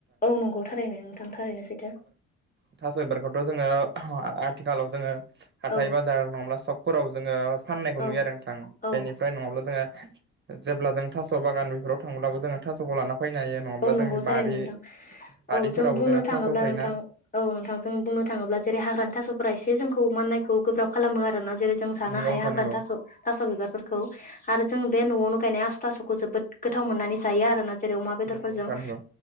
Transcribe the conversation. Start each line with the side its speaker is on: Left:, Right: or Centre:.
Left: औ नंगौ थारैनो नोंथां थारैनो सैथो
Right: नथांासयबारगाव। ' जोङो आथिखालाव जोङो हाथाय
Left: औ
Right: बाजार नङाब्ला सकफोराव जोङो। फाननायखौ
Left: औ
Right: नुयो आरो नोंथां
Left: औ
Right: बेनिफ्राय नङाब्ला जोंहा जेब्ला जों थास' बागान बेफोराव थांब्लाबो जोङो थास'खौ। फैनो हायो नङाब्ला
Left: औ नंगौ
Right: जोंनि
Left: थारैनो
Right: बारि
Left: नोंथां
Right: बारिफोरावबो
Left: औ जों बुंनो
Right: जोंना
Left: थाङोब्ला
Right: थास' थायोना
Left: नोंथां औ नोंथां जों बुंनो थाङोब्ला जेरै हाग्रानि थास'फोरा एसे माननायखौ गोब्राब खालामो आरोना जेरै जों जानो
Right: नंगौ
Left: हाया
Right: नोंथां
Left: हाग्रानि
Right: नंगौ
Left: थास' बिबार आरो जों बे न'आवनो गायनाय आसु थास'खौ जोबोद गोथाव मोननानै जायो आरोना जेरै अमा बेदर
Right: नंगौ
Left: फोरजों
Right: नोंथां नंगौ